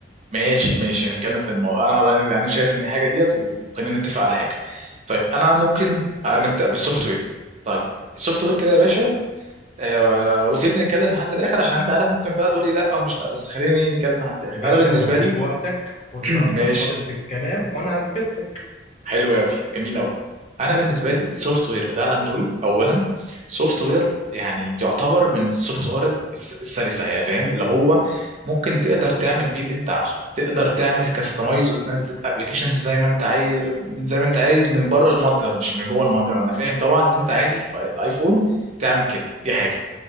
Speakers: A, on the right; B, on the left.
A: ماشي ماشي نتكلم في الموضوع انا رأيي- انا شايف ان الحاجه ديت وخلينا نتفق على حاجه طيب انا ممكن آه، نبدا بالسوفت وير طيب السوفت وير كده يا باشا آه، وسيبني نتكلم لحد الاخر عشان انت عارف ممكن بقى تقولي لا او مش لا بس خليني نتكلم لحد الاخر
B: يا باشا
A: انا بالنسبه
B: انا هديك
A: لي
B: وقتك خد
A: <clears throat> ماشي
B: راحتك خالص في الكلام وانا هثبت لك
A: حلو قوي جميل قوي انا بالنسبه لي السوفت وير بتاع الاندرويد اولا سوفت وير يعني يعتبر من السوفت وير الس- السلسه يعني فاهم اللي هو ممكن تقدر تعمل بيه اللي انت عاوزه تقدر تعمل كاستمايز وتنزل ابلكيشنز زي ما انت عايز من زي ما انت عايز من بره المتجر مش من جوه المتجر انا فاهم طبعا ان انت عادي في الايفون تعمل كده دي حاجه